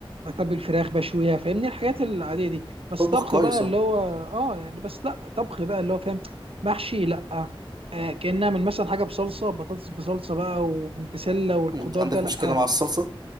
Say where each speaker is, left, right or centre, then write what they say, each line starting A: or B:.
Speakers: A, on the right; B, on the right.
A: بتبل فراخ بشويها فاهمني الحاجات العاديه دي بس
B: بطبخ
A: طبخ
B: كويس
A: بقى اللي
B: اهو
A: هو اه يعني بس لا طبخ بقى اللي هو فاهم محشي لا آه كأن اعمل مثلا حاجه بصلصه بطاطس بصلصه بقى وبسله والخضار
B: انت عندك
A: ده لا
B: مشكله مع الصلصه